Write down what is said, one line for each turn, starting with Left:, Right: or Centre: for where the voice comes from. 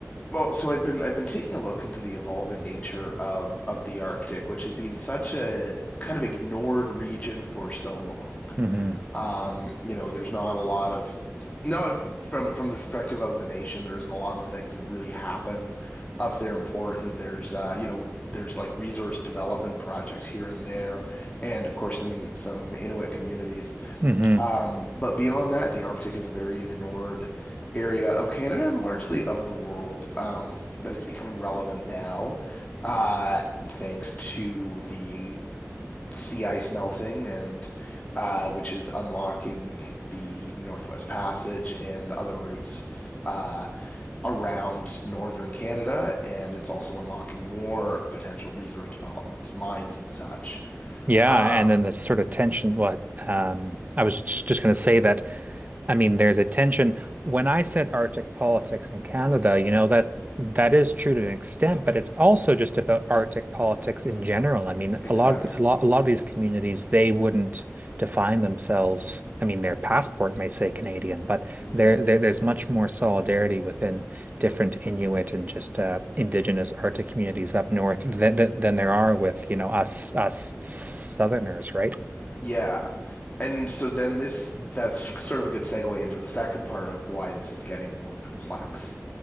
Left: Well, so I've been I've been taking a look into the evolving nature of of the Arctic, which has been such a kind of ignored region for so long.
Right: hmm
Left: Um, you know, there's not a lot of no from from the perspective of the nation, there isn't a lot of things that really happen up there important. There's uh, you know, there's like resource development projects here and there, and of course some in, some Inuit communities.
Right: hmm
Left: Um, but beyond that, the Arctic is a very ignored area of Canada and largely of the world. Um, but it's becoming relevant now, uh, thanks to the sea ice melting and uh, which is unlocking the Northwest Passage and other routes th- uh, around northern Canada, and it's also unlocking more potential resource developments, mines and such.
Right: Yeah,
Left: Um,
Right: and then the sort of tension. What um, I was just going to say that I mean, there's a tension. When I said Arctic politics in Canada, you know, that that is true to an extent, but it's also just about Arctic politics in general. I mean,
Left: exactly.
Right: a lot of the, a lot a lot of these communities, they wouldn't define themselves. I mean, their passport may say Canadian, but
Left: Mhm.
Right: there, there there's much more solidarity within different Inuit and just uh, Indigenous Arctic communities up north than, than than there are with, you know, us us Southerners, right?
Left: Yeah. And so then this that's sort of a good segue into the second part of why this is getting more complex.